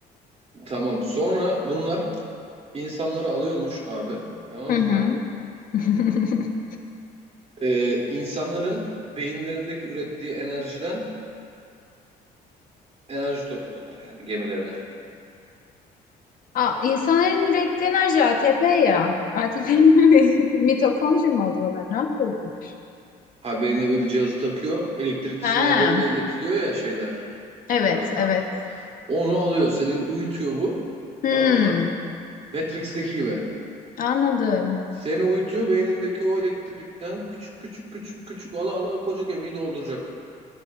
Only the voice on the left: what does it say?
Hı hı.
<laughs>
Aa, insanların ürettiği enerji ATP ya. ATP mi? <laughs> Mitokondri mi alıyorlar? Ne yapıyor bunlar?
Ha,
evet,
evet.
Hmm,
anladım.